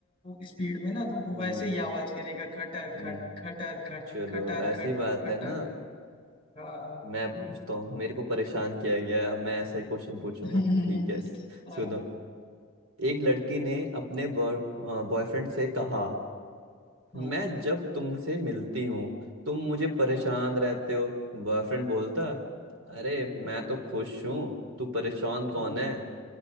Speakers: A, on the left (about 25°); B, on the right (about 75°).
A: स्पीड में ना तो वो
B: हम्म,
A: वैसे ही आवाज करेगा खटर
B: हम्म,
A: खट खटर खट
B: चलो
A: खटर
B: ऐसी
A: खट
B: बात
A: खटर
B: है ना
A: हाँ
B: मैं पूछता हूँ मेरे को परेशान किया गया है अब मैं ऐसा ही क्वेश्चन पूछूंगा
A: <laughs>
B: ठीक है सुनो
A: हाँ
B: एक लड़की ने अपने बॉयफ्रेंड से कहा
A: हाँ
B: मैं जब तुमसे मिलती हूँ तुम मुझे परेशान
A: हाँ
B: रहते हो बॉयफ्रेंड बोलता अरे मैं
A: हाँ
B: तो खुश हूँ तू परेशान कौन
A: हाँ
B: है